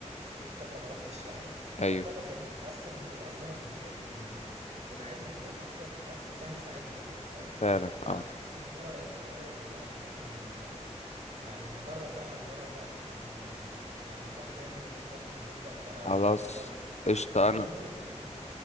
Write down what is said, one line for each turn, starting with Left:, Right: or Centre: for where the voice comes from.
Right: ليك فتره ما رحتش يعني
Left: ايوه
Right: فبتعرف في ايه فحاسس ان الانظمه الجديده دي وال... والعلم اللي بان اكتر فحاسس ان ده هيساعدنا اكتر فاهم
Left: فعلا
Right: فحاسس
Left: اه
Right: ان ايه رايك ما ايه رايك دلوقتي ان احنا ن... يعني نجرب بقى نجرب بقى ان احنا ن... يعني نروح تاني ونبدا ونبدا بقى
Left: خلاص
Right: نبدا بقى بالنظام الجديد
Left: قشطة
Right: بس هل
Left: انا
Right: النظام الجديد